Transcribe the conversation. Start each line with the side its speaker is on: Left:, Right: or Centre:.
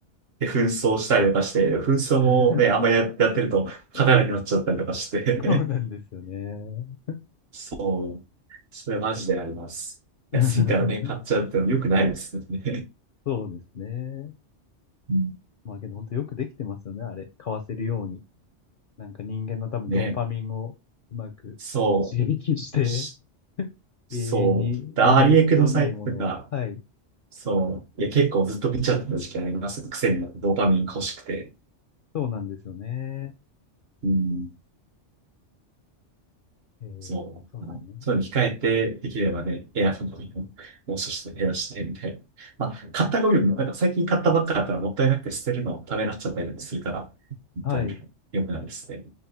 Right: で、紛争したりとかして、紛争もね、
Left: <laughs>
Right: あんまや、やってると、勝たなくなっちゃったりとかして。
Left: そうなんですよね。
Right: <laughs> そう、それマジであります。
Left: <laughs>
Right: 安いからね、買っちゃうってのも良くないですよね。
Left: そうですね。
Right: <laughs> うん
Left: まあけど本当よくできてますよね。あれ、買わせるように。なんか人間の多分ドーパミンをうまく刺激して、
Right: ね、そう、し
Left: <laughs>
Right: そう、
Left: 永遠にあんまり必要ないものを。
Right: ダーリエクのサイトとか、
Left: はい。
Right: そう。いや、結構ずっと見ちゃってた時期あります。癖になってドーパミンが欲しくて。
Left: そうなんですよね。
Right: うん。
Left: えー、
Right: そう。
Left: そうだよね。
Right: あの、そういうの控えて、できればね、エアフォンのをもう少し減らして、みたいな。まあ、買ったゴミもね、なんか最近買ったばっかだったらもったいなくて捨てるのためになっちゃったりとかするから、本当に良くないですね。
Left: はい。う